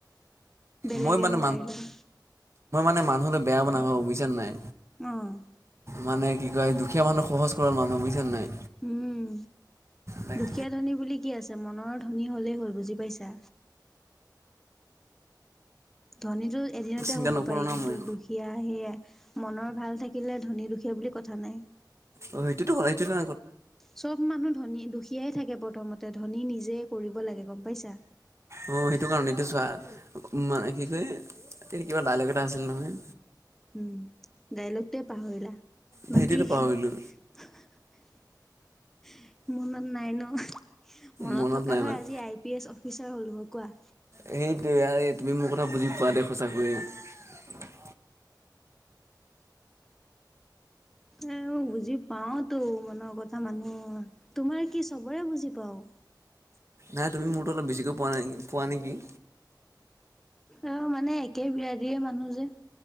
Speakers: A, in the centre; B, on the right (about 40°).
A: বেলেগে
B: মই মানে
A: নোৱাৰিলেও।
B: মানুহ হলে বেয়া বনাঙ বুজিছা নাই
A: অ',
B: মানে কি কয় দুখীয়া মানুহ সহজ সৰল মানুহ বুজিছা নে নাই?
A: উম।
B: তাকে
A: দুখীয়া ধনী বুলি কি আছে মনৰ ধনী হলেই হল বুজি পাইছা। ধনীটো এদিনতে
B: চিন্তা
A: হ'ব
B: নকৰোঁ
A: পাৰি
B: না
A: কিন্তু
B: মই
A: দুখীয়া সেয়া মনৰ ভাল থাকিলে ধনী দুখীয়া বুলি কথা নাই।
B: অ, সেইটোতো হয় এইটো এটা
A: চব মানুহ ধনী দুখীয়াই থাকে প্ৰথমতে ধনী নিজে কৰিব লাগে গম পাইছা।
B: অ সেইটো কাৰণ এটো চোৱা মানে কি কয় এ কিবা দাইলক এটা আছিল নহয়?
A: উম, ডাইলগটোৱে পাহৰিলা
B: সেইটোতো
A: বাকী মনত
B: পাহৰিলোঁ
A: নাই ন' মনত
B: মনত
A: থকা
B: নাই
A: হয়
B: মানে
A: আজি আই পি এছ অফিচ <unintelligible> কোৱা?
B: সেইটোৱে আৰে তুমি মোৰ কথা বুজি পোৱা দে সঁচাকৈয়ে।
A: এ বুজি পাওতো মনৰ কথা মানুহ তোমাৰ কি চবৰে বুজি পাও।
B: নাই তুমি মোৰটো অলপ বেছিকৈ পোৱা নাই পোৱা নেকি?
A: অ, মানে একে বিৰাদিয়ে মানুহ যে।